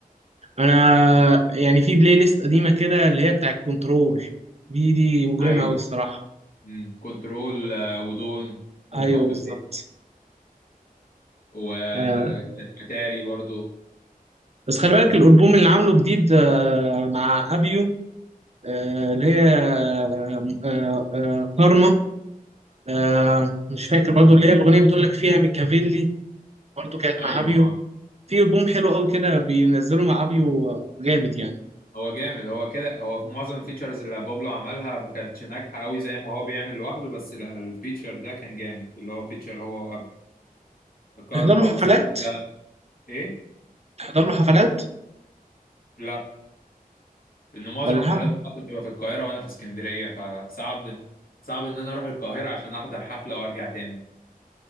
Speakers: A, on the right; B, on the left.
A: انا يعني في بلاي ليست قديمه كده اللي هي بتاعت كنترول دي دي مجرمه
B: ايوه
A: قوي الصراحه
B: امم كنترول آه، ودون والحب
A: ايوه بالظبط
B: فين واتاري
A: آه،
B: برضو
A: بس خلي
B: امم
A: بالك الالبوم اللي عامله جديد آه، مع ابيو آه، اللي هي آه، آه، آه، كارما آه، مش فاكر برضو اللي هيا الاغنيه بتقول لك فيها ميكافيلي برضو كانت
B: ايوه
A: مع ابيو
B: اه
A: في البوم حلو قوي كده بينزله مع ابيو آه، جامد يعني
B: هو جامد هو كده هو في معظم الفيتشرز اللي بابلو عملها ما كانتش ناجحه قوي زي ما هو بيعمل لوحده بس لا، الفيتشر ده كان جامد اللي هو فيتشر هو قبل كارما
A: تحضر له
B: وسناك
A: حفلات
B: ذات ايه
A: تحضر له حفلات
B: لا لان معظم
A: ولا
B: الحفلات
A: حاجة؟
B: بتاعتي بتبقى في القاهره وانا في اسكندريه فصعب صعب ان انا اروح القاهره عشان احضر حفله وارجع تاني